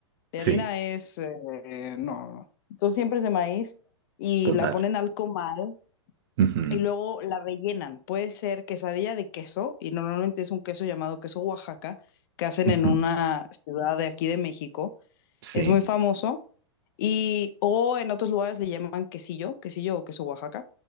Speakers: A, on the left; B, on the right.
A: De
B: Sí,
A: harina es, eh, no, no. no. Entonces siempre es de maíz y
B: total.
A: la ponen al comal
B: Ujú,
A: y luego la rellenan. Puede ser quesadilla de queso, y normalmente es un queso llamado queso Oaxaca, que hacen
B: ujú,
A: en una ciudad de aquí de México,
B: Sí,
A: es muy famoso. Y, o en otros lugares le llaman quesillo, quesillo o queso Oaxaca.